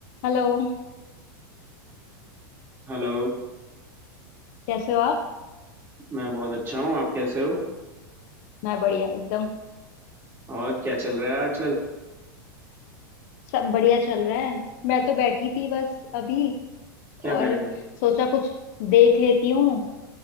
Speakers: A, on the left (about 50°); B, on the right (about 20°).
A: हेलो
B: Hello
A: कैसे हो आप
B: मैं बहुत अच्छा हूँ आप कैसे हो
A: मैं बढ़िया एकदम
B: और क्या चल रहा है आजकल
A: सब बढ़िया चल रहा है मैं तो बैठी थी बस अभी
B: क्या
A: और
B: कर रहे हो
A: सोचा कुछ देख लेती हूँ